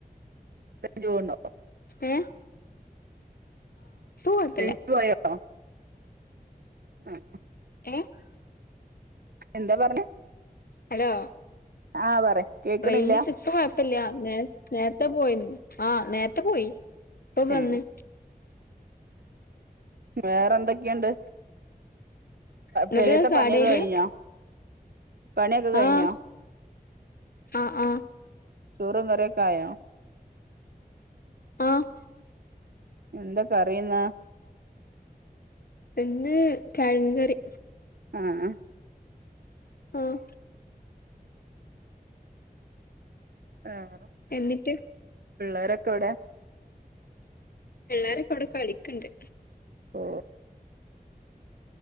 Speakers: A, on the right; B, on the left.
A: റേഞ്ച് പോവുണ്ടോ?
B: ഏഹ് കൊഴപ്പല്ല
A: റേഞ്ച്‌ പോയോ? ആഹ്
B: ഏഹ്
A: എന്താ പറഞ്ഞ്.
B: ഹലോ
A: ആഹ് പറ കേക്കണില്ല
B: റേഞ്ച് ഇപ്പൊ കുഴപ്പമില്ല നേ നേരത്തെ പോയിരുന്നു ആഹ് നേരത്തെ പോയി. ഇപ്പോ
A: ഏഹ്
B: വന്നു.
A: വേറെ എന്തൊക്കെയുണ്ട്.
B: ഇങ്ങട്ട്
A: പെരേത്ത്
B: കാടേരിയ
A: പണിയൊക്കെ കഴിഞ്ഞോ? പണിയൊക്കെ കഴിഞ്ഞോ,
B: ആഹ് ആഹ് ആഹ്
A: ചോറും കറിയൊക്കെ ആയോ?
B: ആഹ്
A: എന്താ കറി ഇന്ന്
B: ഇന്ന് കിഴങ്ങ് കറി
A: ആഹ്
B: ആഹ്
A: ആഹ്
B: എന്നിട്ട്
A: പിള്ളേരൊക്കെവിടെ
B: പിള്ളാരക്കെ അവിടെ കളിക്കണ്ട്
A: ഓ